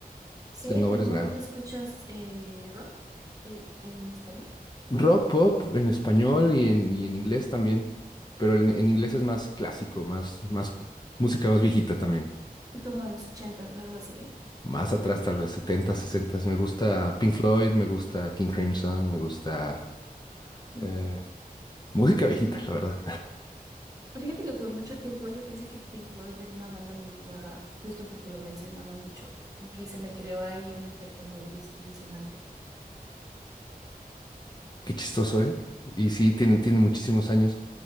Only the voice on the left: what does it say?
Ganó
varios
Grammys.
Rock pop en español y en, y en inglés también, pero en, en inglés es más clásico, más, más música más viejita también.
Más atrás, tal vez, 70, 60. Me gusta Pink Floyd, me gusta King Crimson, me gusta
eh, música viejita, la verdad.
Qué chistoso, ¿eh? Y sí, tiene, tiene muchísimos años.